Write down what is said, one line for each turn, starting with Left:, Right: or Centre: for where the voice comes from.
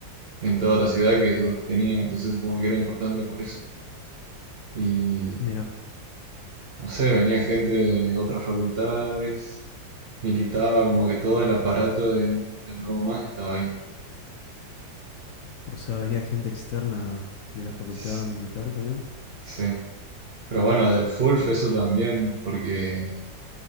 Right: en toda la ciudad que ellos tenían. Entonces supongo que era importante por eso. Y
Left: Mira,
Right: no sé, venía gente de otras facultades, militaba, como que todo el aparato de, del Nuevo Más estaba ahí.
Left: o sea, venía gente externa de la facultad
Right: S-
Left: militar también.
Right: Sí. Pero bueno, del FULF
Left: No.
Right: eso también, porque,